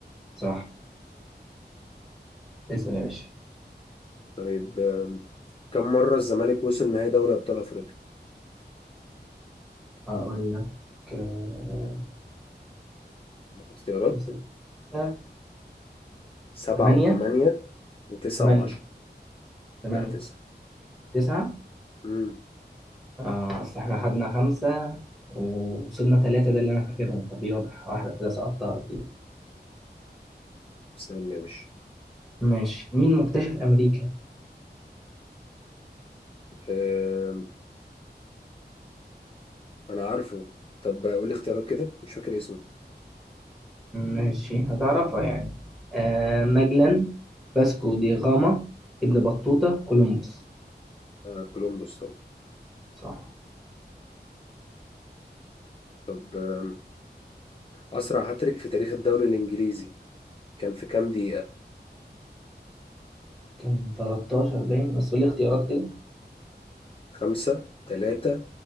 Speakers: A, in the centre; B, on the left.
A: صح اسأل يا باشا
B: طيب آم، كم مرة الزمالك وصل نهائي دوري أبطال أفريقيا
A: اقول لك آه،
B: اختيارات
A: كسب خمسة
B: سبعة
A: ثمانية
B: وثمانية وتسعة
A: ثمانية
B: وعشرة
A: ثمانية
B: لا تسعة
A: تسعة
B: امم
A: آه أصل إحنا خدنا خمسة ووصلنا ثلاثة ده اللي أنا فاكرهم ففي واضح واحدة كده سقطتها أكيد
B: سألني يا باشا
A: ماشي مين مكتشف أمريكا؟
B: آم، أنا عارفه طب قول لي اختيارات كده مش فاكر اسمه
A: ماشي هتعرفها يعني آه ماجلان باسكو دي غاما ابن بطوطة كولومبوس
B: آه كولومبوس طبعا
A: صح
B: طب آم، أسرع هاتريك في تاريخ الدوري الإنجليزي كان في كام دقيقة؟
A: كان 13 باين بس قول لي اختيارات كده
B: خمسة تلاتة